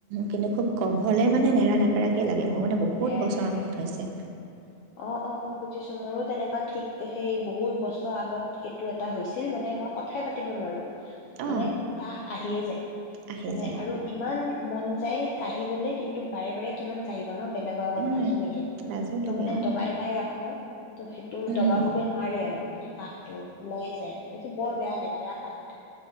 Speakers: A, on the right; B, on the left.
A: কিন্তু খুব কম হলে
B: অ
A: মানে নেৰা নেপেৰাকে বহুত
B: নেৰা
A: বছৰৰ
B: নেপেৰা
A: মূৰত
B: একেলগে
A: হৈছে।
B: অ, অ অ, বুজিছো মোৰো তেনেকুৱা ঠিক সেই বহুত বছৰ আগত সেই টো এটা হৈছিল মানে মই কথাই পাতিব নোৱাৰো, মানে
A: অঁ
B: কাহ আহিয়েই যায়।
A: আহি
B: মানে
A: যায়
B: আৰু ইমান মন যায় কাহিবলৈ কিন্তু বাৰে বাৰে কিমান কাঢ়িবা ন বেলেগৰ আগত
A: উম,
B: লাজো লাগে।
A: লাজো লাগে
B: মানে
A: উম,
B: দবাই দবাই ৰাখো অ তো' সেইটো
A: উম,
B: দবাবগে নোৱাৰি আৰু মানে। কাঁহটো ওলাইে যায় আৰু এইটো বৰ বেয়া লেতেৰা কাঁহ এইটো।